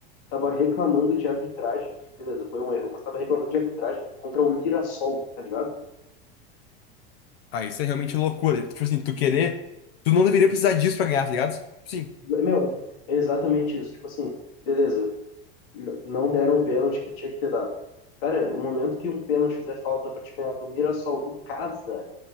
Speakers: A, on the left; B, on the left.
A: tava reclamando de arbitragem. Beleza, foi um erro, mas tava reclamando de arbitragem contra o Mirassol, tá ligado?
B: Ah, isso é realmente loucura. Tipo assim, tu querer. Tu não deveria precisar disso pra ganhar, tá ligado? Sim.
A: Meu, é exatamente isso. Tipo assim, beleza, n- não deram o pênalti que tinha que ter dado. Cara, o momento que um pênalti fizer falta pra te ganhar do Mirassol em casa,